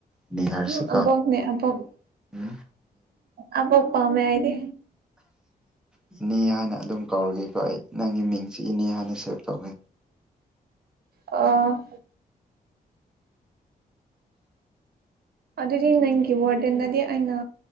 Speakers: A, in the centre; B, on the right.
A: ꯏꯅꯦ ꯍꯥꯏꯔꯤꯁꯤꯀꯣ
B: ꯎꯝ ꯑꯕꯣꯛꯅꯦ ꯑꯕꯣꯛ
A: ꯎꯝ
B: ꯑꯕꯣꯛ ꯄꯥꯝꯃꯦ ꯑꯩꯗꯤ
A: ꯏꯄꯦꯍꯥꯏꯅ ꯑꯗꯨꯝ ꯀꯧꯔꯒꯦꯀꯣ ꯑꯩ ꯅꯪꯒꯤ ꯃꯤꯡꯁꯤ ꯏꯅꯦ ꯍꯥꯏꯅ ꯁꯦꯞ ꯇꯧꯒꯦ
B: ꯑ ꯑꯗꯨꯗꯤ ꯅꯪꯒꯤ ꯋꯥꯔꯗꯦꯟꯗꯗꯤ ꯑꯩꯅ